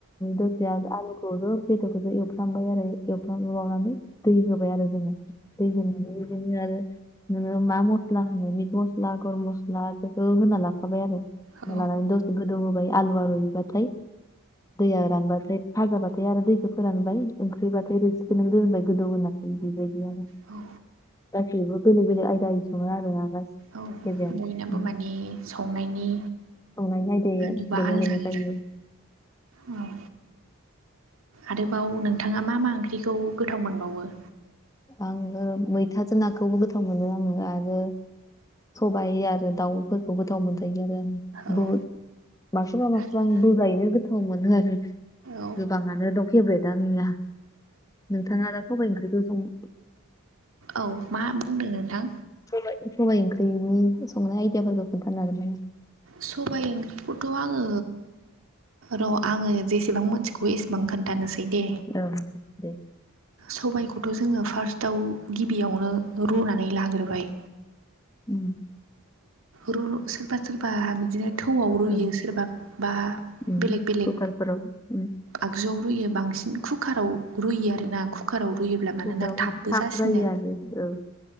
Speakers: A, on the left (about 15°); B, on the right (about 65°).
A: दसे आलु बेदरखौबो एवफ्रामबाय आरो एवफ्रामबावनानै दै होबाय आरो। दै होननानै बिदिनो आरो आरो नोङो मा मस्ला होनो मिट मस्ला गरम मस्ला बेफोरखौ होना लाखाबाय आरो। होना
B: औ
A: लानानै दसे गोदौ होबाय आलुवा रुइबाथाय दैया रानबाथाय फाजाबाथाय आरो दैखौ फोरानबाय ओंख्रिबाथाय रोसिखौ नों दोनबाय गोदौ होनानै बेबायदि बिदि आरो
B: औ
A: गासैबो बेलेग बेलेग आयदाजों सङो आरोना गासैबो
B: औ
A: एखेजायानो
B: बयनाबो माने संनायनि
A: संनायनि आयदाया
B: आदबा
A: बेलेग
B: आलदा
A: बेलेग
B: आलदा
A: जायो।
B: औ आरोबाव नोंथाङा मा मा ओंख्रिखौ गोथाव मोनबावो।
A: आङो मैथाजों नाखौबो गोथाव मोनो आङो आरो सबाइ आरो दाउफोरखौ गोथाव मोनजायो आरो आं
B: औ
A: बुहुद माखौबा माखौब्रा
B: आरो
A: आं बुर्जायैनो गोथाव मोनो आरो।
B: औ
A: गोबाङानो दं फेभ्रेटा आंनिया नोंथाङा दा सबाइ ओंख्रिखौ सं
B: औ मा बुंदों नोंथां?
A: सबाय ओंख्रिनि संनाय आइदियाफोरखौ खोन्थानो हागोन नामा?
B: सबाय ओंख्रिखौथ' आङो र' आङो जेसेबां मोनथिगौ एसेबां खोन्थानोसै। दे
A: औ दे
B: सबायाइखौथ' जोङो फार्स्टआव गिबियावनो रुनानै लाग्रोबाय।
A: उम
B: र सोरबा सोरबा बिदिनो थौआव रुयो
A: ओं
B: सोरबा बा
A: उम
B: बेलेग बेलेग
A: कुकारफोराव उम
B: आगजुआव रुयो बांसिन कुकाराव रुयो आरो। आरोना कुकाराव
A: औ,
B: रुयोब्ला मानोना
A: कुकाराव
B: थाबबो
A: थाब
B: जासिनो
A: जायो आरो औ